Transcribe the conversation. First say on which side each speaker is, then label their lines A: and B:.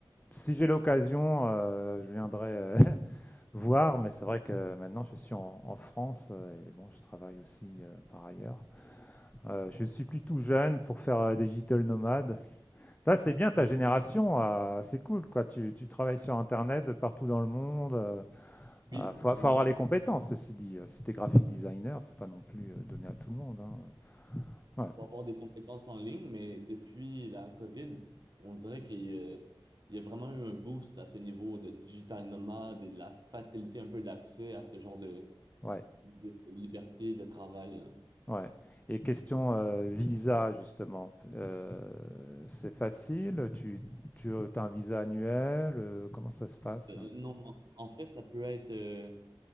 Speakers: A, on the left; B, on the right.
A: si j'ai l'occasion, euh, je viendrai euh, <laughs> voir, mais c'est vrai que maintenant je suis en, en France euh, et bon, je travaille aussi euh, par ailleurs. Euh, je suis plus tout jeune pour faire euh, digital nomade. Ça, c'est bien ta
B: Mm.
A: génération, euh, c'est cool quoi. Tu, tu travailles sur Internet de partout dans le monde. euh,
B: Oui,
A: euh, faut,
B: vraiment.
A: faut avoir les compétences, ceci dit. Euh, Si t'es graphic designer, c'est pas non plus euh, donné à tout le monde. hein. Ouais.
B: pour avoir des compétences en ligne, mais depuis la COVID, on dirait qu'il y a il y a vraiment eu un boost à ce niveau de digital nomade et de la facilité un peu d'accès à ce genre de,
A: Ouais,
B: de liberté de travail. hein.
A: Ouais. Et question euh, visa, justement. Euh, c'est facile? Tu, tu as un visa annuel? euh, comment ça se passe?
B: Euh, non, en en fait, ça peut être euh,